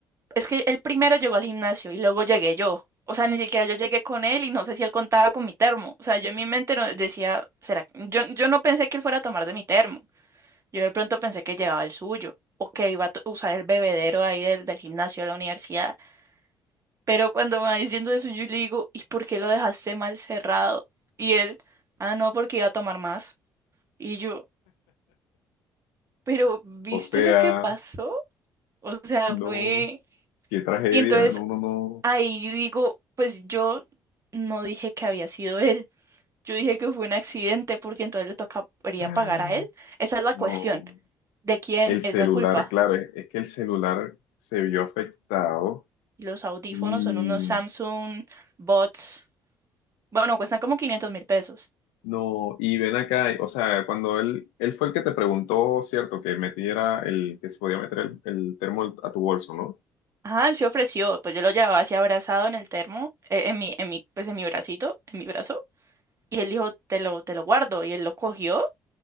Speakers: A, on the right; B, on the left.
A: es que él primero llegó al gimnasio y luego llegué yo. O sea, ni siquiera yo llegué con él y no sé si él contaba con mi termo. O sea, yo en mi mente no decía, será, que- yo, yo no pensé que él fuera a tomar de mi termo. Yo de pronto pensé que llevaba el suyo o que iba a to- usar el bebedero ahí del, del gimnasio de la universidad. Pero cuando me va diciendo eso, yo le digo, ¿y por qué lo dejaste mal cerrado? Y él, ah, no, porque iba a tomar más. Y yo, pero ¿viste
B: O sea.
A: lo que pasó? O sea,
B: No,
A: fue...
B: qué tragedia,
A: Y entonces
B: no, no, no.
A: ahí digo, pues yo no dije que había sido él. Yo dije que fue un accidente porque entonces le tocaría
B: Ay,
A: pagar a él. Esa es la
B: No,
A: cuestión. ¿De quién
B: el
A: es
B: celular,
A: la culpa?
B: claro, es, es que el celular se vio afectado
A: Los audífonos
B: y
A: son unos Samsung Bots. Bueno, cuestan como quinientos mil pesos.
B: no, y ven acá, o sea, cuando él, él fue el que te preguntó, cierto, que metiera el, que se podía meter el, el termo a tu bolso, ¿no?
A: Ajá, él se ofreció, pues yo lo llevaba así abrazado en el termo, eh, en mi, en mi, pues en mi bracito, en mi brazo, y él dijo, te lo, te lo guardo, y él lo cogió,